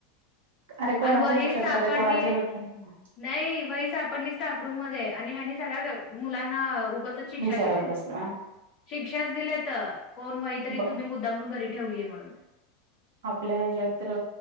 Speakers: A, on the right; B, on the left.
A: अरे कोणाच्या
B: आणि वही
A: लक्षात
B: सापडली
A: राहते कोणाच्या लक्षात राहते.
B: नाही वही सापडली स्टाफरूम मध्ये आणि ह्यानी सगळ्या व मुलांना उगतच शिक्षा
A: विचारत
B: दिलेत.
A: बसला
B: शिक्षाच दिल्यात कोण वही तरी
A: ब
B: तुम्ही मुद्दामून घरी ठेवलीय म्हणून.
A: आपल्या ह्याच्यात्र